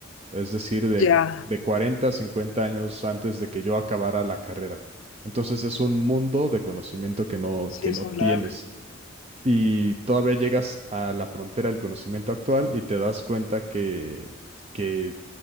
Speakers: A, on the right; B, on the left.
A: es decir, de,
B: ya.
A: de 40, 50 años antes de que yo acabara la carrera. Entonces es un mundo de conocimiento que no,
B: Sí,
A: que
B: es
A: no
B: un
A: tienes.
B: lag.
A: Y todavía llegas a la frontera del conocimiento actual y te das cuenta que, que